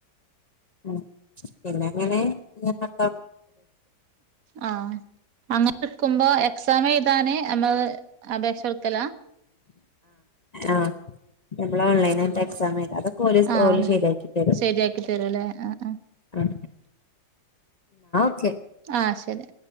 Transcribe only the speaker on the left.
ഉ പിന്നെ അങ്ങനെക്ക
ആ എള ഓൺലൈന എക്സാം ആ അതൊക്കെ ഓ
ഓല ശരിയാക്കി തരും
ആ ന